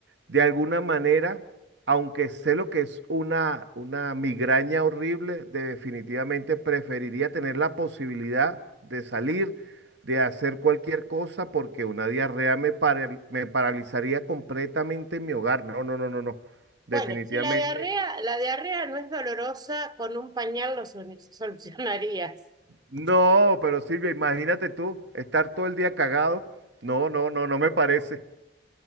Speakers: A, on the right; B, on the right.
A: de alguna manera, aunque sé lo que es una, una migraña horrible, de- definitivamente preferiría tener la posibilidad de salir, de hacer cualquier cosa, porque una diarrea me, paral- me paralizaría completamente en mi hogar. No, no, no, no, no. Definitivamente.
B: Bueno, si la diarrea, la diarrea no es dolorosa, con un pañal lo solu- solucionarías. <laughs>
A: No, pero Silvia, imagínate tú estar todo el día cagado. No, no, no, no me parece.